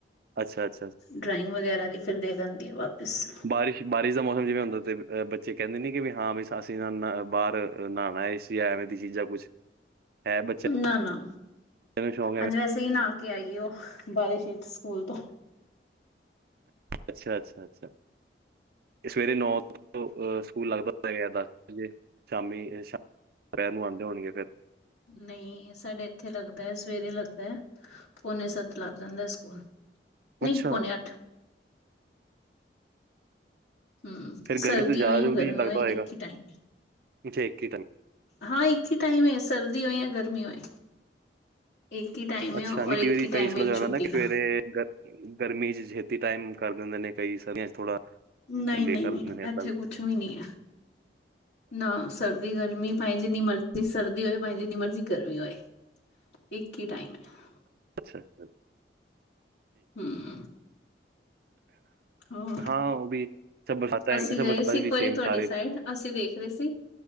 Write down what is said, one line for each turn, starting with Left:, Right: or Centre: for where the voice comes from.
Right: ਅੱਛਾ, ਅੱਛਾ।
Left: ਡਰਾਇੰਗ ਵਗੈਰਾ ਦੀ ਫਿਰ ਦੇ ਦਿੰਦੀ ਹੈ ਵਾਪਿਸ।
Right: ਬਾਰਿਸ਼ ਬਾਰਿਸ਼ ਦਾ ਮੌਸਮ ਜਿਵੇਂ ਹੁੰਦਾ ਤੇ ਬੱਚੇ ਕਹਿੰਦੇ ਨੇ ਕਿ ਵੀ ਹਾਂ ਬ ਅਸੀਂ ਬਾਹਰ ਨਹਾਉਣਾ ਇਸ ਐਵੇਂ ਦੀ ਚੀਜ਼ਾਂ ਕੁਛ ਹੈ ਬੱਚਾ
Left: ਨਾ-ਨਾ
Right: ਬ ਨੂੰ ਸ਼ੌਕ ਹੈ
Left: ਅੱਜ
Right: ਮ
Left: ਵੈਸੇ ਹੀ ਨਾ ਕੇ ਆਈਏ ਉਹ ਬਾਰਿਸ਼ ਵਿਚ ਸਕੂਲ ਤੋਂ
Right: ਅੱਛਾ, ਅੱਛਾ, ਅੱਛਾ ਇਹ ਸਵੇਰੇ ਨੌ ਤੋਂ ਸਕੂਲ ਲੱਗਦਾ ਸ ਦਸ ਵਜੇ ਸ਼ਾਮੀ ਸ਼ ਦਪਹਿਰ ਨੂੰ ਆਉਂਦੇ ਹੋਣਗੇ ਫਿਰ।
Left: ਨਹੀਂ ਸਾਡੇ ਇੱਥੇ ਲੱਗਦਾ ਹੈ ਸਵੇਰੇ ਲੱਗਦਾ ਪੋਨੇ ਸੱਤ ਲੱਗ ਜਾਂਦਾ ਸਕੂਲ। ਨਹੀਂ
Right: ਅੱਛਾ।
Left: ਪੌਨੇ ਅੱਠ ਹਮ
Right: ਫਿਰ
Left: ਸਰਦੀ
Right: ਗਰਮੀ ਤੋਂ ਜ਼ਿਆਦਾ
Left: ਹੋਏ ਜਾਂ
Right: ਜਲਦੀ
Left: ਗਰਮੀ
Right: ਲੱਗਦਾ
Left: ਹੋਏ ਇੱਕ
Right: ਹੋਏਗਾ
Left: ਹੀ ਟਾਈਮ।
Right: ਅੱਛਾ ਇੱਕ ਹੀ
Left: ਹਾਂ ਇੱਕ ਹੀ ਟਾਈਮ ਹੈ ਸਰਦੀ ਹੋਏ ਜਾਂ ਗਰਮੀ ਹੋਏ। ਇੱਕ ਹੀ ਟਾਈਮ।
Right: ਅੱਛਾ ਨੀ ਕਈ ਵਾਰੀ ਕਈ ਇਸ
Left: ਹੈ
Right: ਜਾਣਾ
Left: ਛੁੱਟੀ
Right: ਨਾ ਕਿ ਸਵੇਰੇ
Left: ਦਾ
Right: ਗਰਮੀ ਚ ਛੇਤੀ ਟਾਈਮ ਕਰ ਦਿੰਦੇ ਨੇ ਕਈ ਸਰਦਿਆ ਚ ਥੋੜਾ
Left: ਨਹੀਂ
Right: ਲੇਟ
Left: ਨਹੀਂ
Right: ਕਰ ਦਿੰਦੇ ਨੇ ਇੱ
Left: ਇੱਥੇ ਕੁਛ ਵੀ ਨਹੀਂ ਹੈ ਨਾ ਸਰ ਜੀ ਗਰਮੀ ਭਾਵੇ ਜਿੰਨੀ ਮਰਜ਼ੀ ਸਰਦੀ ਹੋਏ ਭਾਵੇ ਜਿੰਨੀ ਮਰਜ਼ੀ ਗਰਮੀ ਹੋਏ ਇੱਕ ਹੀ ਟਾਈਮ ਹੈ।
Right: ਅੱਛਾ, ਅੱਛਾ।
Left: ਹਮ। ਹੋਰ
Right: ਹਾਂ ਉਹ ਵੀ ਅੱਛਾ ਬਰਸਾ
Left: ਅਸੀਂ
Right: ਅੱਛਾ
Left: ਗਏ
Right: ਬਰਸਾਤੀ
Left: ਸੀ
Right: ਚ
Left: ਇੱਕ
Right: ਵੀ ਸੇਮ
Left: ਵਾਰੀ ਤੁਹਾਡੀ
Right: ਸਾਰੇ।
Left: ਸਾਈਡ ਅਸੀਂ ਦੇਖ ਰਹੇ ਸੀ